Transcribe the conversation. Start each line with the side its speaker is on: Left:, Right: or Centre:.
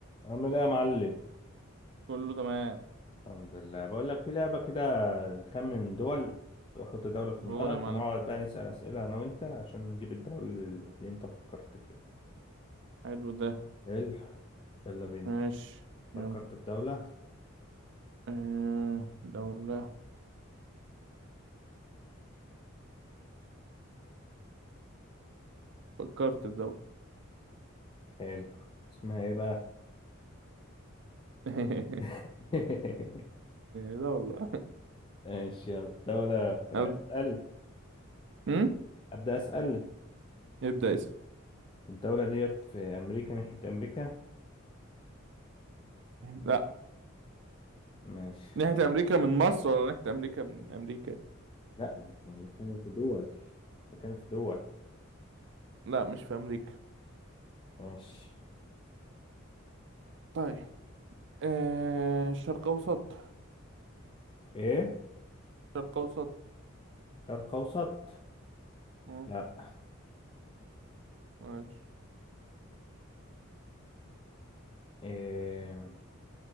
Left: عامل ايه يا معلم
Right: كله تمام
Left: الحمد لله بقول لك في لعبة كده نخمن دول وحط دولة في دماغك
Right: قول يا معلم
Left: ونقعد بقى نسأل أسئلة أنا وأنت عشان نجيب الدولة اللي اللي أنت فكرت فيها
Right: حلو ده
Left: حلو يلا بينا
Right: ماشي يلا
Left: فكرت في دولة
Right: آه، دولة فكرت في دولة
Left: حلو اسمها إيه بقى
Right: <laughs>
Left: <laughs>
Right: دولة
Left: ماشي يلا دولة في
Right: أب...
Left: أسأل
Right: م?
Left: أبدأ أسأل
Right: ابدأ اسم
Left: الدولة ديت في أمريكا ناحية أمريكا
Right: لا
Left: ماشي
Right: ناحية أمريكا من مصر ولا ناحية أمريكا من أمريكا
Left: لا احنا بنتكلم في دول بنتكلم في دول
Right: لا مش في أمريكا
Left: ماشي
Right: طيب آه، شرق أوسط
Left: إيه
Right: شرق أوسط
Left: شرق أوسط
Right: آه،
Left: لا
Right: ماشي
Left: إيه